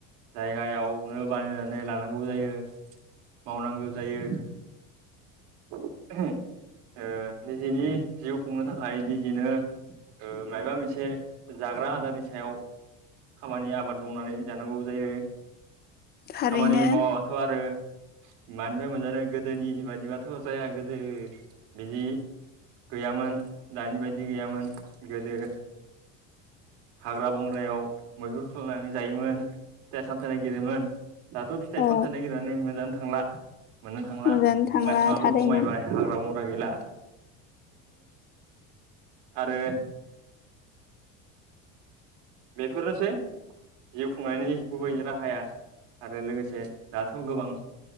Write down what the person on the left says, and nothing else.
थारैनो
औ
नुजानो
थांला
थारैनो